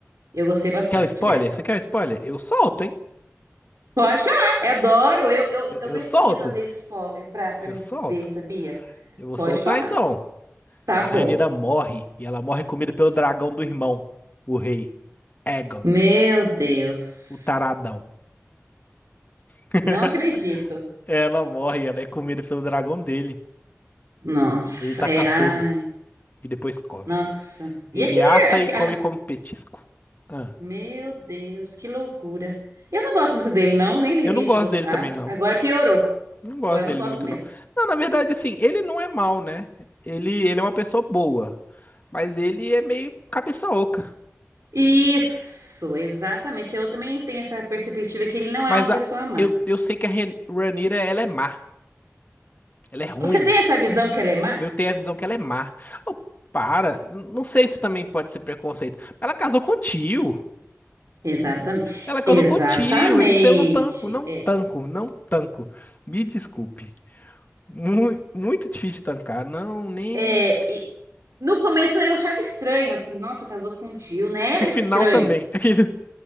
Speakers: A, on the right; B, on the left.
A: Eu gostei bastante
B: Quer o spoiler?
A: dela.
B: Você quer o spoiler? Eu solto, hein?
A: Pode falar, eu adoro. Eu, eu,
B: Eu,
A: eu
B: eu
A: pesquiso
B: solto.
A: às vezes spoiler pra, pra
B: Eu
A: me
B: solto.
A: ver, sabia?
B: Eu vou
A: Pode
B: soltar
A: falar.
B: então.
A: Tá
B: A
A: bom.
B: Rhaenyra morre e ela morre comida pelo dragão do irmão, o rei Aegon,
A: Meu Deus.
B: o taradão. <laughs>
A: Não acredito.
B: Ela morre, ela é comida pelo dragão dele.
A: Nossa,
B: Ele taca
A: é. Ai.
B: fogo e depois come.
A: Nossa. E
B: Ele
A: aquele.
B: assa
A: aque-
B: e come
A: ah,
B: como petisco. Ah,
A: meu Deus, que loucura. Eu não gosto muito dele, não. Nem no início
B: eu não gosto
A: eu gostava.
B: dele também não.
A: Agora piorou.
B: Não gosto
A: Agora eu
B: dele
A: não gosto
B: muito
A: mesmo.
B: não. Não, na verdade assim, ele não é mal, né? Ele ele é uma pessoa boa, mas ele é meio cabeça oca.
A: Isso, exatamente. Eu também tenho essa perspectiva que ele não
B: Mas
A: é uma
B: a,
A: pessoa má.
B: eu, eu sei que a Rhaenyra ela é má, ela é ruim.
A: Você tem essa visão que ela é má?
B: Eu tenho a visão que ela é má. Oh, para, N- não sei se também pode ser preconceito. Ela casou com o tio.
A: Exatamente.
B: Ela casou
A: Exatamente.
B: com o tio. Isso eu não tanco, não
A: É.
B: tanco, não tanco. Me desculpe. Mu- Muito, difícil tancar. Não, nem.
A: É, e no começo eu achava estranho, assim, nossa, casou com um tio, né? Era
B: No final
A: estranho.
B: também. <laughs> Aquele-